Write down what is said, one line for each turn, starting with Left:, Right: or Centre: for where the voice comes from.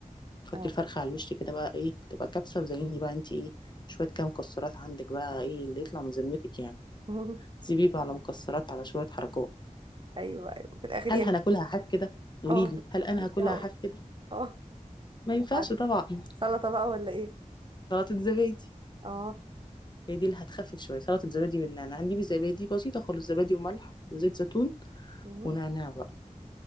Left: تحطي
Right: اه
Left: الفرخة على الوش كده بقى ايه تبقى كبسة وزيني بقى انت ايه شوية كام مكسرات عندك بقى ايه اللي يطلع من ذمتك يعني
Right: <laughs>
Left: سيبيه بقى على مكسرات على شوية حركات
Right: ايوه ايوه في الاخر
Left: هل
Right: يعني
Left: هناكلها حاف كده قوليلي
Right: اه كنت
Left: هل انا
Right: لسه
Left: هاكلها
Right: هقول
Left: حاف كده
Right: اه
Left: ما ينفعش
Right: وبعد-
Left: طبعا
Right: سلطه بقى ولا ايه
Left: سلطة زبادي
Right: اه
Left: هي دي اللي هتخفف شوية سلطة زبادي بالنعناع هنجيب الزبادي بسيطة خالص زبادي وملح وزيت زيتون
Right: مم.
Left: ونعناع بقى